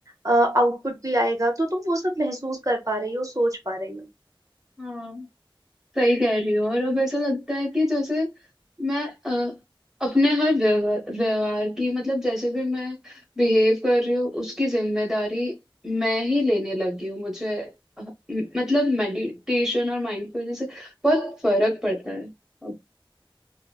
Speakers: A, on the right; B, in the centre.
A: आउटपुट भी आएगा तो तुम वो सब महसूस कर पा रही हो सोच पा रही हो
B: हाँ सही कह रही हो और अब ऐसा लगता है कि जैसे मैं अ, अपने हर व्यवहार व्यवहार की मतलब जैसे भी मैं बिहेव कर रही हूँ उसकी जिम्मेदारी मैं ही लेने लगी हूँ मुझे अ, म- मतलब मेडिटेशन और माइंडफुलनेस से बहुत फर्क पड़ता है अब